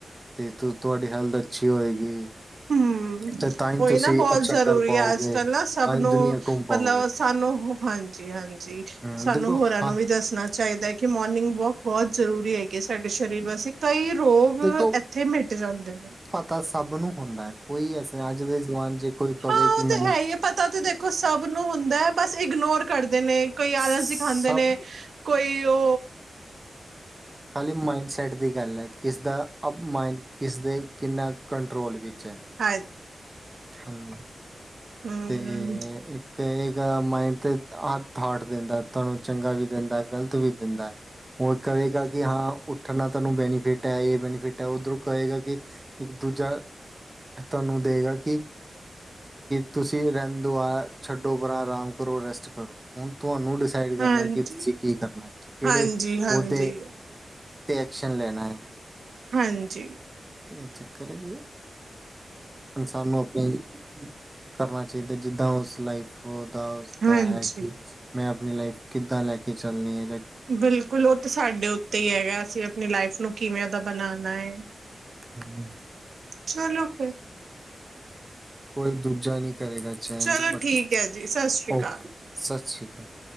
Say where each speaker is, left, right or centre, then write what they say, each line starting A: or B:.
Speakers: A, on the right; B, on the right.
A: ਤੇ ਤ ਤੁਆਡੀ ਹੈਲਥ ਅੱਛੀ ਹੋਏਗੀ।
B: ਹੂੰ
A: ਤੇ ਤਾਂ ਹੀ
B: ਓਇ
A: ਤੁਸੀਂ
B: ਨਾ ਬੋਤ
A: ਅੱਛਾ
B: ਜ਼ਰੂਰੀ
A: ਕਰ ਪਾਓਗੇ
B: ਐ ਅੱਜ ਕੱਲ ਨਾ ਸਬ
A: ਤਾਂ ਹੀ
B: ਨੂੰ
A: ਦੁਨੀਆਂ ਘੁੰਮ ਪਾਓਗੇ
B: ਮਤਲਬ ਸਾਨੂੰ ਹਾਂਜੀ-ਹਾਂਜੀ
A: ਹਮ
B: ਸਾਨੂੰ
A: ਦੇਖੋ
B: ਹੋਰਾ ਨੂੰ
A: ਹਾਂ
B: ਵੀ ਦੱਸਨਾ ਚਾਹੀਦਾ ਏ ਕਿ ਮੋਰਨਿੰਗ ਵੋਕ ਬੋਤ ਜਰੂਰੀ ਹੈਗੀ ਏ ਸਾਡੇ ਸਰੀਰ ਵਾਸਤੇ ਕਈ ਰੋਗ
A: ਦੇਖੋ
B: ਅ ਐਥੇ ਮਿਟ ਜਾਂਦੇ ਨੇ।
A: ਪਤਾ ਸਭ ਨੂੰ ਹੁੰਦਾ ਐ ਕੋਈ ਐਸੇ ਅੱਜ ਦੇ ਜਵਾਨ ਚ ਕੋਈ ਕਵੇ
B: ਹਾਂ
A: ਕਿ
B: ਉਹ
A: ਮੈਂ
B: ਤਾਂ ਹੈ ਈ ਏ ਪਤਾ ਤਾ ਦੇਖੋ ਸਭ ਨੂੰ ਹੁੰਦਾ ਐ ਬਸ ਇਗਨੋਰ ਕਰਦੇ ਨੇ ਕਈ
A: ਸਭ
B: ਆਲਸ ਦਿਖਾਂਦੇ ਨੇ। ਕੋਈ ਓ
A: ਖਾਲੀ ਮਾਈਂਡਸੈਟ ਦੀ ਗੱਲ ਐ ਕਿਸ ਦਾ ਅਪਮਾਈੰਡ ਕਿਸ ਦੇ ਕਿੰਨਾ ਕੰਟਰੋਲ ਵਿੱਚ ਐ।
B: ਹਾਂ
A: ਹਾਂਜੀ
B: ਹੂੰ
A: ਤੇ ਇੱਕ ਕਯੇਗਾ ਮਾਇਡ ਤੇ ਅ ਥਾਟ ਦਿੰਦਾ ਤਾਨੂੰ ਚੰਗਾ ਵੀ ਦਿੰਦਾ ਐ ਗਲਤ ਵੀ ਦਿੰਦਾ ਐ। ਓ ਕਵੇਗਾ ਕਿ ਹਾਂ ਉੱਠਨ ਨਾਲ ਤੈਨੂੰ ਬੈਨੀਫਿਟ ਐ, ਐ ਬੈਨੀਫਿਟ ਐ ਓਧਰੋ ਕਯੇਗਾ ਕਿ ਇੱਕ ਦੂਜਾ ਤਾਨੂੰ ਦੇਗਾ ਕਿ ਤੁਸੀ ਰੈਂਦੋ ਆ ਛੱਡੋ ਪਰਾ ਆਰਾਮ ਕਰੋ ਰੈਸਟ ਕਰੋ ਹੁਨ ਤੁਆਨੂੰ ਸਾਈਡ ਕਰਨਾ
B: ਹਾਂਜੀ।
A: ਏ ਕਿ ਤੁਸੀ ਕੀ ਕਰਨਾ ਐ ਕੇੜੇ
B: ਹਾਂਜੀ-ਹਾਂਜੀ,
A: ਓਦੇ ਤੇ ਐਕਸ਼ਨ ਲੈਨਾ ਐ।
B: ਹਾਂਜੀ।
A: ਏ ਚੱਕਰ ਏ ਕਿ ਇਨਸਾਨ ਨੂੰ ਅਪਨੀ ਕਰਨਾ ਚਾਈਦਾ ਜਿੱਦਾ ਉਸ ਲਾਈਫ ਦਾ ਉਸਦਾ
B: ਹਾਂਜੀ-ਹਾਂਜੀ।
A: ਹੈ ਕੀ ਮੈਂ ਅਪਨੀ ਲਾਈਫ ਕਿਦਾ ਲੈ ਕੇ ਚੱਲਨੀ ਐ
B: ਬਿਲਕੁਲ ਓ ਤੇ ਸਾਡੇ ਉੱਤੇ ਈ ਹੈਗਾ ਐ ਅਸੀ ਅਪਨੀ ਲਾਈਫ ਨੂੰ ਕਿਵੇ ਦਾ ਬਨਾਨਾ ਏ।
A: ਹੂੰ।
B: ਚਲੋ ਫਿਰ।
A: ਕੋਈ ਦੂਜਾ ਨਈ ਕਰੇਗਾ ਚੇਂਜ
B: ਚਲੋ
A: ਬਟ
B: ਠੀਕ ਹੈ ਜੀ ਸਤਿ ਸ਼੍ਰੀ ਅਕਾਲ।
A: ਓਕੇ ਸੱਤ ਸ੍ਰੀ ਅਕਾਲ।